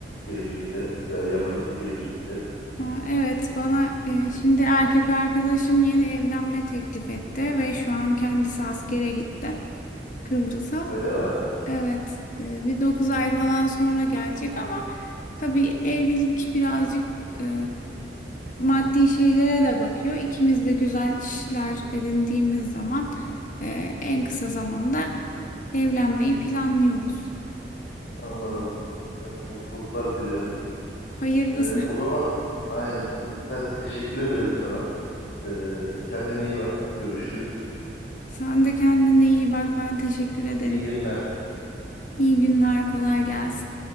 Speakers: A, on the left; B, on the left.
A: gelecekte veya yakın gelecekte?
B: ha, evet bana e, şimdi erkek arkadaşım yeni evlenme teklif etti ve şu an kendisi askere gitti Kıbrıs'a.
A: Öyle mi?
B: Evet, e, bir 9 ay falan sonra gelecek ama tabii evlilik birazcık e, maddi şeylere de bakıyor. İkimiz de güzel işler edindiğimiz zaman e, en kısa zamanda evlenmeyi planlıyoruz.
A: Anladım. Ee, mutluluklar dilerim.
B: Hayırlısı.
A: Ee, o zaman aynen. Ben teşekkür ederim sana. Ee, kendine iyi bak. Görüşürüz.
B: Sen de kendine iyi bak. Ben teşekkür ederim.
A: İyi günler.
B: İyi günler, kolay gelsin.